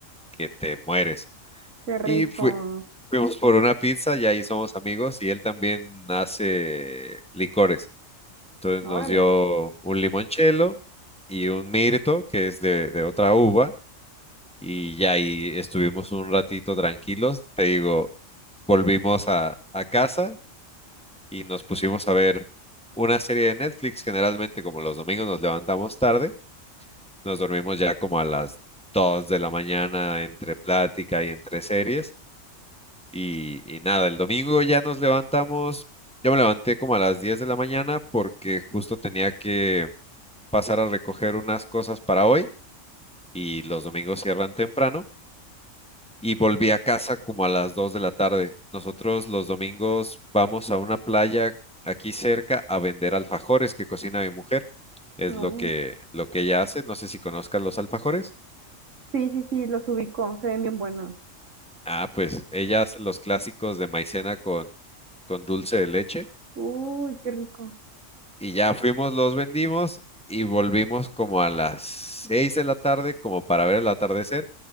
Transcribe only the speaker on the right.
Qué rico.
Órale.
No.
Sí, sí, sí, los ubico. Se ven bien buenos.
Uy, qué rico.